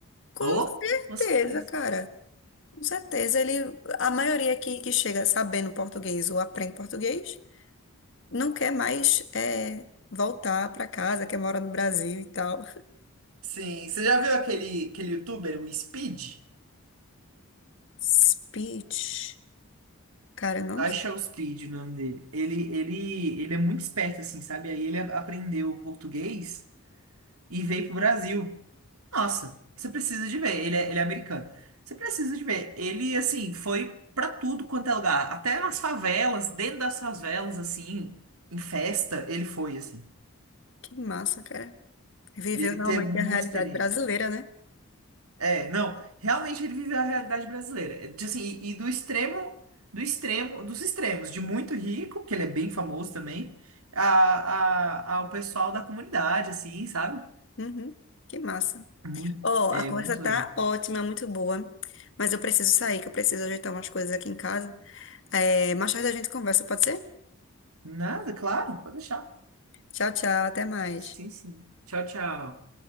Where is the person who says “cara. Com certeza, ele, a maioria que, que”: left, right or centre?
Left